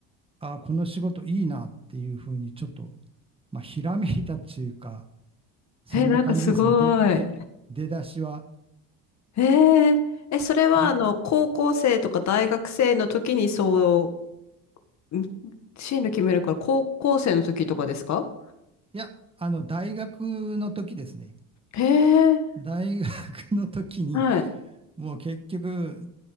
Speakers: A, on the right (about 15°); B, on the left (about 50°).
A: ああ、この仕事いいなっていうふうにちょっと、まあ、ひらめいたっていうか、そんな感じですね。
B: え、なんかすご
A: で、で、
B: い。
A: 出だしは。
B: えええ、それはあの、
A: で、
B: 高校生とか大学生の時にそう、ん進路決めるから高校生の時とかですか
A: いや、あの、大学の時ですね。
B: へえ、
A: 大学の時に、
B: はい。
A: もう結局、